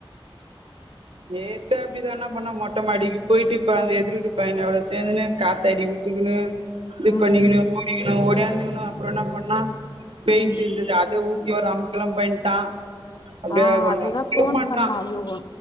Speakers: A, on the right; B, on the left.
A: நேத்து அப்படிதா என்னா பண்ணா மொட்டைமாடிக்கு போயிட்டு இப்ப அந்த எதிர் வீட்டு பைய்யனோட சேந்துன்னு காத்தாடி உட்டுக்குன்னு இது
B: ம்
A: பண்ணிக்கணு ஓடிக்கிணு ஓடியாந்துக்குணு அப்புறோ என்ன பண்ணா பெயிண்ட்
B: ம்
A: இருந்துது அத ஊத்தி ஒரு அமக்கலம் பண்ட்டா அப்டியே
B: ஆ
A: கொண்டு
B: அதுதா
A: அமுக்கலம்
B: ஃபோன்
A: பண்றா
B: பண்ணா இவுங்கோ